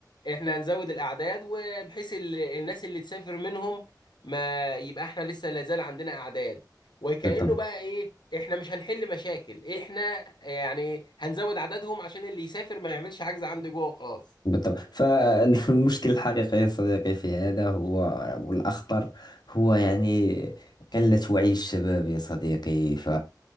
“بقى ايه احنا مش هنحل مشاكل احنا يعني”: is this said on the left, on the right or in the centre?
Left